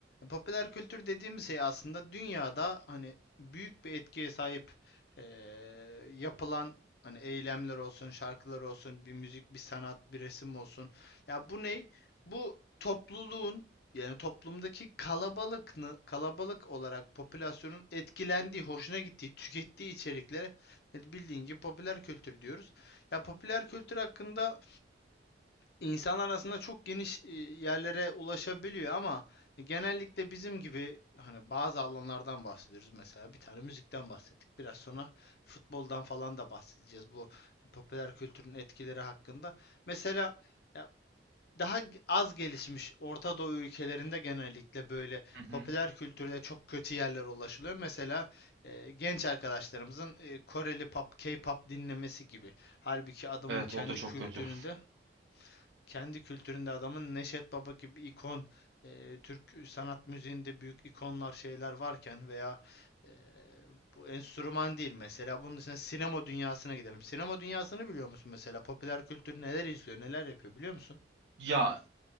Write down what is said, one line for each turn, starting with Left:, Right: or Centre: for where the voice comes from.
Left: popüler kültür dediğimiz şey aslında dünyada hani büyük bir etkiye sahip eee, yapılan hani eylemler olsun, şarkılar olsun, bir müzik, bir sanat, bir resim olsun. Ya bu ney? Bu topluluğun yani toplumdaki kalabalık kalabalık olarak popülasyonun etkilendiği, hoşuna gittiği, tükettiği içeriklere e, bildiğin gibi popüler kültür diyoruz. Ya popüler kültür hakkında insan arasında çok geniş e, yerlere ulaşabiliyor ama genellikle bizim gibi hani bazı alanlardan bahsediyoruz. Mesela bir tane müzikten bahsettik. Biraz sonra futboldan falan da bahsedeceğiz bu popüler kültürün etkileri hakkında. Mesela ya daha az gelişmiş Orta Doğu ülkelerinde genellikle böyle
Right: Hı hı.
Left: popüler kültürde çok kötü yerlere ulaşılıyor. Mesela e, genç arkadaşlarımızın e, Koreli pop, K-pop dinlemesi gibi. Halbuki adamın
Right: evet
Left: kendi
Right: o da çok
Left: kültüründe,
Right: kötü.
Left: kendi kültüründe adamın Neşet Baba gibi ikon, e, Türk sanat müziğinde büyük ikonlar şeyler varken veya e, bu enstrüman değil mesela. Bunun için sinema dünyasına gidelim. Sinema dünyasını biliyor musun mesela? Popüler kültür neler izliyor, neler yapıyor biliyor musun?
Right: Ya